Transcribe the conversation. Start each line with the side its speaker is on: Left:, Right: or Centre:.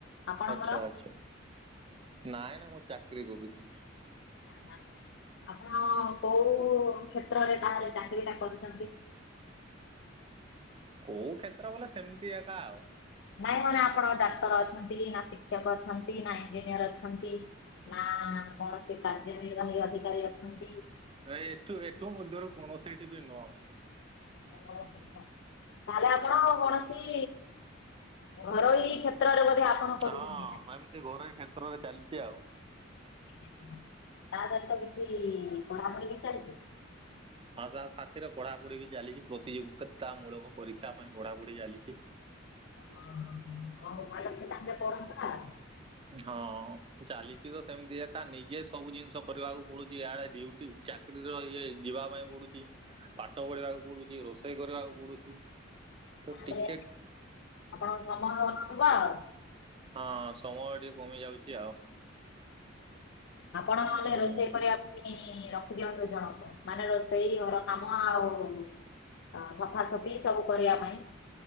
Left: ଆପଣଙ୍କର?
Right: ଆଚ୍ଛା ଆଚ୍ଛା ନାଇଁ ନା ମୁଁ ଚାକିରୀ କରୁଛି।
Left: ଆଚ୍ଛା ଆଚ୍ଛା ଆପଣ କୋଉ କ୍ଷେତ୍ରରେ ତାହେଲେ ଚାକିରିଟା କରୁଛନ୍ତି?
Right: କୋଉ କ୍ଷେତ୍ର ବଲେ ସେମିତି ଏକା ଆଉ
Left: ନାଇଁ ମାନେ ଆପଣ ଡାକ୍ତର ଅଛନ୍ତି ନା ଶିକ୍ଷକ ଅଛନ୍ତି ନା ଇଞ୍ଜିନିୟର ଅଛନ୍ତି ନା କୌଣସି କାର୍ଯ୍ୟ ନିର୍ବାହୀ ଅଧିକାରୀ ଅଛନ୍ତି
Right: ନାଇଁ ଏଠୁ ଏଠୁ ମଧ୍ୟରୁ କୌଣସିଠି ବି ନୁହଁ।
Left: ଓ ହୋ ହୋ ହୋ ତାହେଲେ ଆପଣ କୌଣସି ଘରୋଇ କ୍ଷତ ରରେ ବଧେ ଆପଣ କରୁଛନ୍ତି।
Right: ହଁ ଏମିତି ଘରୋଇ କ୍ଷେତ୍ରରେ ଚାଲିଛି ଆଉ
Left: ଆଜ୍ଞା ଆଜ୍ଞା ତା ସହିତ କିଛି ପଢ଼ାପଢ଼ି ବି ଚାଲିଛି।
Right: ହଁ ତା ସାଥିରେ ପଢାପଢି ବି ଚାଲିଛି ପ୍ରତିଯୋଗିତା ମୂଳକ ପରୀକ୍ଷା ପାଇଁ ପଢାପଢି ଚାଲିଛି।
Left: ଓ ହୋ ହୋ କଉ ଉପାୟ ସେ ପଢନ୍ତା
Right: ହଁ ଚାଲିଛି ତ ସେମିତି ଏକା ନିଜେ ସବୁ ଜିନିଷ କରିବାକୁ ପଡୁଛି ଇଆଡେ ଡ୍ୟୁଟି ଚାକିରି ଯିବା ପାଇଁ ପଡୁଛି। ପାଠ ପଢିବାକୁ ପଡୁଛି ରୋଷେଇ କରିବାକୁ ପଡୁଛି ତ
Left: ତାହେଲେ
Right: ଟିକେ
Left: ଆପଣଙ୍କ ସମୟ ହଉ ନ ଥିବ ଆଉ
Right: ହଁ ସମୟ ଟିକେ କମି ଯାଉଛି ଆଉ
Left: ହୁଁ ନହଲେ
Right: ହୁଁ
Left: ରୋଷେଇ କରିବା ରଖିଦିଅନ୍ତୁ ଜଣକୁ ମାନେ ରୋଷେଇ ଘର କାମ ଆଉ ହଁ ସଫାସଫି ସବୁ କରିବା ପାଇଁ